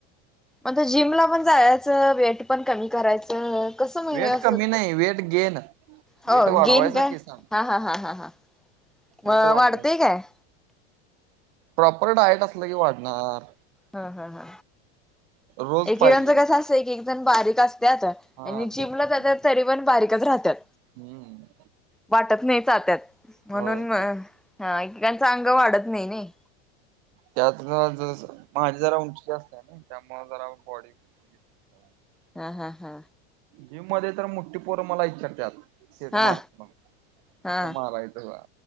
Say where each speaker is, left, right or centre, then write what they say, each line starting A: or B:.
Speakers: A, in the centre; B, on the right (about 50°).
A: मग, ते जिमला पण जायाचं, वेट पण कमी करायचं. कसं म्हणजे
B: वेट
A: असं
B: कमी नाही, वेट गेन.
A: हो,
B: वेट वाढवायसाठी
A: गेन काय?
B: सांग
A: हा, हा, हा, हा, हा, म
B: वेट वाढवाय
A: वाढतय काय?
B: प्रॉपर डायट असलं की वाढणार.
A: हा, हा, हा
B: रोज
A: एकेकाच
B: पाहिजे
A: कस असतय, एक -एक जण बारीक असत्यात.
B: हा
A: आणि जिमला
B: तेच की
A: जात्यात, तरी पण बारीकच राहत्यात.
B: हम्म.
A: वाटत नाही जात्यात, म्हणून
B: होय ते.
A: म एकेकाच अंग वाढत नाही नाही नी.
B: त्यात माझ कसं, माझी जरा उंची जास्त हाय ना त्यामुळ जरा बॉडी <unintelligible>
A: हा, हा, हा.
B: जिम मध्ये तर मोट्ठी पोर मला इचारत्यात. शेट
A: हा
B: मारताना,
A: हा
B: कसं मारायचं गा,